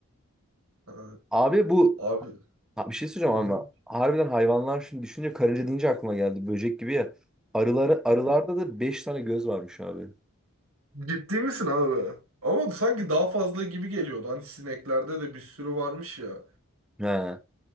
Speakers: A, on the right (about 75°); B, in the centre.
A: ha.
B: Abi bu
A: Abi.
B: ha, bir şey söyleyeceğim
A: Hı
B: ama
A: hı.
B: harbiden hayvanlar şimdi düşünce karınca deyince aklıma geldi. Böcek gibi ya. Arıları, arılarda
A: Hı hı.
B: da 5 tane göz varmış abi.
A: Ciddi misin abi? Ama sanki daha fazla gibi geliyordu. Hani sineklerde de bir sürü varmış ya.
B: He.